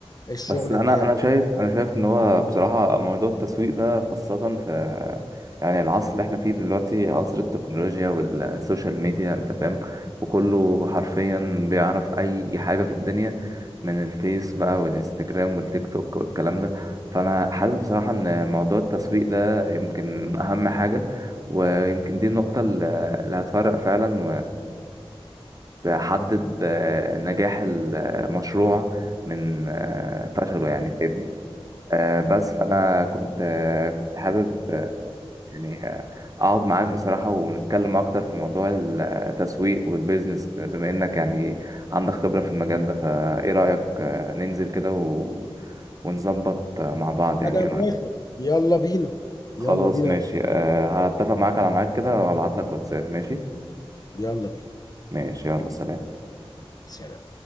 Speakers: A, on the left (about 40°); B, on the right (about 35°).
A: الشغل
B: بس انا
A: بتاعك
B: انا شايف انا شايف ان هو بصراحه موضوع التسويق ده خاصه في يعني العصر اللي احنا فيه دلوقتي عصر التكنولوجيا والسوشيال ميديا انت فاهم وكله حرفيا بيعرف اي حاجه في الدنيا من الفيس بقى والانستجرام والتيك توك والكلام ده فانا حاسس بصراحه ان موضوع التسويق ده يمكن اهم حاجه ويمكن دي النقطه اللي اللي هتفرق فعلا وهتحدد نجاح المشروع من آه، فشله يعني فاهمني آه، بس فانا كنت آه، كنت حابب آه، يعني آه، اقعد معاك بصراحة ونتكلم اكتر في موضوع التسويق والبيزنس بما انك يعني عندك خبرة في المجال ده فايه رأيك آه، ننزل كده و... ونظبط آه، مع بعض يعني
A: انا
B: ايه
A: موافق
B: رأيك
A: يلا بينا يلا
B: خلاص
A: بينا
B: ماشي آه، هتفق معاك على ميعاد كده وهبعت لك واتساب ماشي
A: يلا بينا
B: ماشي يلا سلام
A: سلام